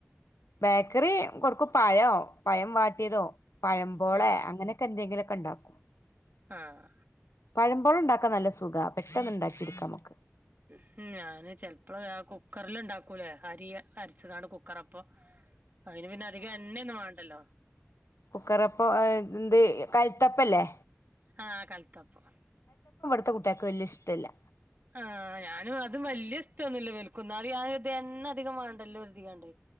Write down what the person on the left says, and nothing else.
ബേക്കറി കൊടുക്കും പഴോ പഴം വാട്ടിയതോ പഴം പോളെ
അങ്ങനെയൊക്കെ എന്തെങ്കിലൊ ക്കെണ്ടാക്കും.
പഴം പോളണ്ടാക്കാൻ നല്ല സുഖാ പെട്ടെന്ന്ണ്ടാക്കി ഇട്ക്കാ നമക്ക്.
കുക്കറപ്പോ അ എന്ത് കൽത്തപ്പല്ലേ.
ത്തെ കുട്ടിയേക്ക് വല്യ ഇഷ്ടല്ല്യ.